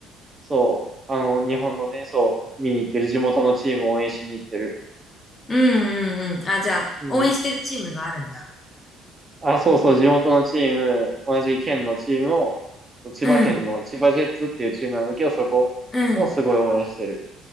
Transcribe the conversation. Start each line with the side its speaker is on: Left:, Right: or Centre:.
Right: そう、あの、日本のね、そう、見に行ってる、地元のチームを応援しに行ってる。
Left: うんうんうん。あ、じゃあ、
Right: うん。
Left: 応援してるチームがあるんだ。
Right: あ、そうそう、地元のチーム、同じ県のチームを、千葉県の千葉ジェッツっていうチームなんだけど、
Left: うん、
Right: そこをすごい応援してる。
Left: うん。